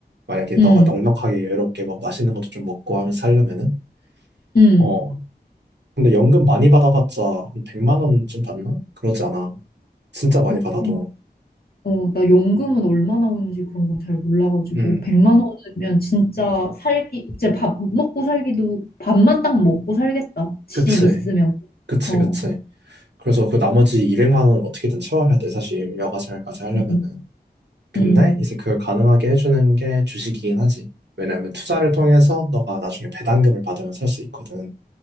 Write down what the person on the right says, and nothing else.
만약에
너가 넉넉하게 여유롭게 막 맛있는 것도 좀 먹고 하면 살려면은.
어. 근데 연금 많이 받아봤자 한 100만 원쯤 받나? 그러지 않아. 진짜 많이
받아도.
응.
그치.
그치,
그치. 그래서 그 나머지 200만 원을 어떻게든 채워야 돼, 사실. 여가 생활까지 하려면은.
근데
이제 그걸 가능하게 해주는 게 주식이긴 하지. 왜냐하면 투자를 통해서 너가 나중에 배당금을 받으면 살 수 있거든.